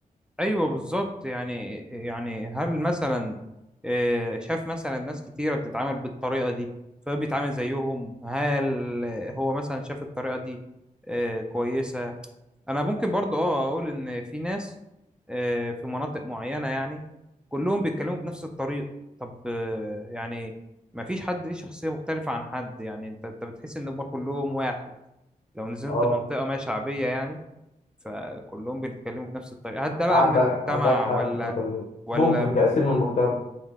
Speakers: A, in the centre; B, on the left.
A: ايوه بالظبط يعني يعني هل مثلا آه، شاف مثلا ناس كتيره بتتعامل بالطريقه دي فبيتعامل زيهم هل هو مثلا شاف الطريقه دي آه، كويسه انا ممكن برضو اه اقول ان في ناس آه، في مناطق معينه يعني كلهم بيتكلموا بنفس الطريقه طب آه، يعني ما فيش حد ليه شخصيه مختلفه عن حد يعني انت انت بتحس ان هم كلهم واحد لو نزلت
B: اه
A: منطقه ما شعبيه يعني فكلهم بيتكلموا بنفس الطريقة هل ده بقى
B: عندك
A: من المجتمع
B: عندك حق
A: ولا
B: في النقطة دي
A: ولا
B: ممكن
A: من
B: تأثير
A: مين
B: من المجتمع